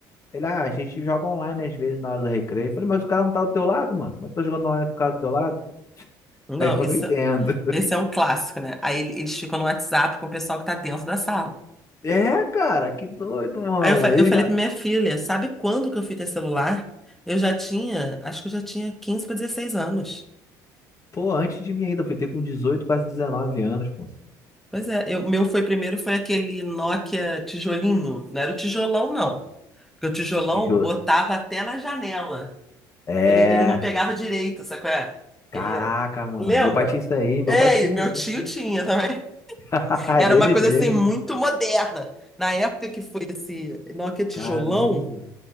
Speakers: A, on the left; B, in the centre.
A: Ele, ah, a gente joga online às vezes na hora do recreio. Eu falei, mas o cara não tá do teu lado, mano? Como é que tá jogando online com o cara do teu lado? <laughs>
B: Não,
A: Aí eu
B: isso,
A: não entendo.
B: esse é um clássico, né? Aí ele- eles ficam no WhatsApp com o pessoal que tá dentro da sala.
A: É, cara, que doido, mano.
B: Aí eu, fa-
A: Ele
B: eu falei
A: já,
B: pra minha filha, sabe quando que eu fui ter celular? Eu já tinha, acho que eu já tinha 15 para 16 anos.
A: pô, antes de mim ainda, foi ter com 18, quase 19 anos, pô.
B: Pois é, eu- meu foi primeiro foi aquele Nokia tijolinho. Não era o tijolão, não. Porque o tijolão
A: Juro.
B: botava até na janela.
A: É,
B: Ele, ele não pegava direito, sabe qual é?
A: caraca,
B: Ele era.
A: mano.
B: Lembra?
A: Meu pai tinha isso aí, meu
B: É,
A: pai tinha,
B: e meu
A: meu pai
B: tio
A: tinha.
B: tinha também. <laughs>
A: <laughs>
B: Era
A: Deles
B: uma coisa
A: mesmo.
B: assim muito moderna. Na época que foi esse Nokia tijolão,
A: Caramba.